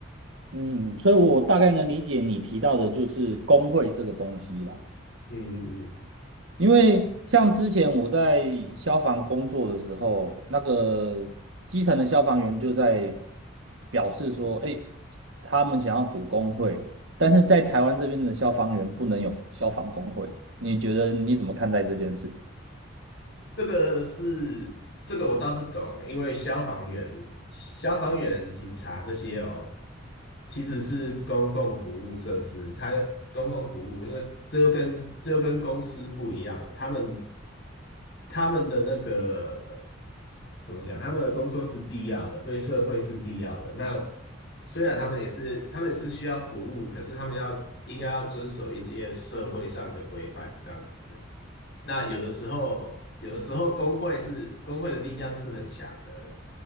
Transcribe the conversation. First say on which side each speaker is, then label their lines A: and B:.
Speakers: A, on the right (about 70°); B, on the left (about 60°).
A: 嗯，所以我大概能理解你提到的就是工会这个东西啦。
B: 嗯嗯嗯
A: 因为像之前我在消防工作的时候，那个基层的消防员就在表示说，哎，他们想要组工会，但是在台湾这边的消防员不能有消防工会。你觉得你怎么看待这件事？
B: 这个是这个我倒是懂，因为消防员、消防员、警察这些哦，其实是公共服务设施，它公共服务，因为这又跟这又跟公司不一样了，他们他们的那个怎么讲？他们的工作是必要的，对社会是必要的。那虽然他们也是他们也是需要服务，可是他们要应该要遵守一些社会上的规范，这样子。那有的时候，有的时候工会是工会的力量是很强的。